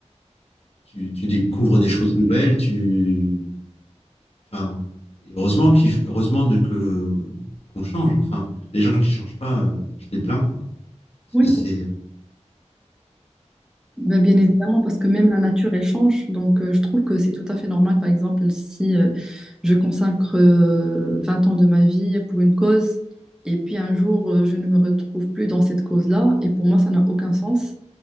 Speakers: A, on the left (about 55°); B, in the centre.
A: tu, tu découvres des choses nouvelles. Tu, enfin, et heureusement qu'il, heureusement de que qu'on change. Enfin, les gens qui changent pas, euh, je les plains, quoi. Parce
B: Oui.
A: que c'est
B: Ben, bien
A: euh,
B: évidemment, parce que même la nature, elle change. Donc, euh, je trouve que c'est tout à fait normal, par exemple, si euh, je consacre euh, 20 ans de ma vie pour une cause, et puis un jour, euh, je ne me retrouve plus dans cette cause-là, et pour moi, ça n'a aucun sens